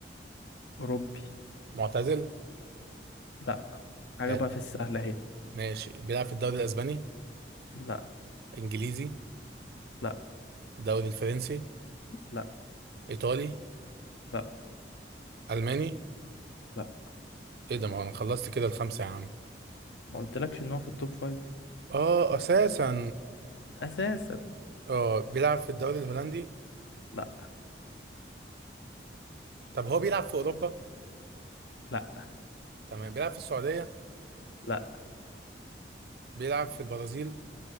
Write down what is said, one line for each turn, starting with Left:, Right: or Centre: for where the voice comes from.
Left: أوروبي
Right: معتزل
Left: لا حاجة
Right: حلو
Left: بقى في السهلة اهي
Right: ماشي بيلعب في الدوري الأسباني
Left: لا
Right: إنجليزي
Left: لا
Right: الدوري الفرنسي
Left: لا
Right: إيطالي
Left: لا
Right: ألماني
Left: لا
Right: إيه ده ما هو أنا خلصت كده الخمسة يا عم
Left: ما قلتلكش ان هو في التوب فايف
Right: آه أساسا
Left: اساسا
Right: آه بيلعب في الدوري الهولندي
Left: لا
Right: طب هو بيلعب في أوروبا
Left: لا
Right: تمام بيلعب في السعودية
Left: لا
Right: بيلعب في البرازيل أنت